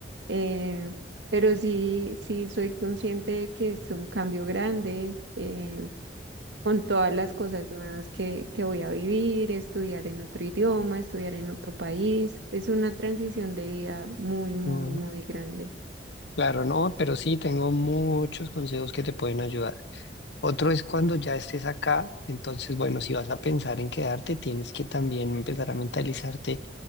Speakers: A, on the right (about 80°); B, on the left (about 70°).
A: eh, pero sí, sí soy consciente de que es un cambio grande eh, con todas las cosas nuevas que, que voy a vivir, estudiar en otro idioma, estudiar en otro país. Es una transición de vida muy, muy,
B: Mm,
A: muy grande.
B: claro, no, pero sí tengo muchos consejos que te pueden ayudar. Otro es cuando ya estés acá, entonces, bueno, si vas a pensar en quedarte, tienes que también empezar a mentalizarte